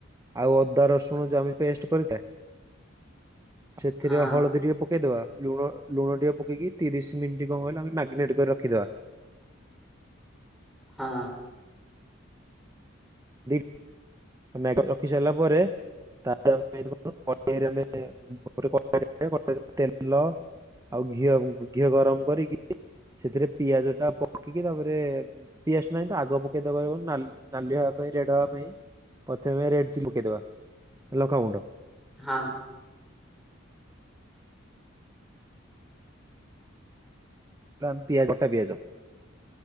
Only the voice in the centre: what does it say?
<inaudible>
ହଁ
ହଁ।
ହଁ।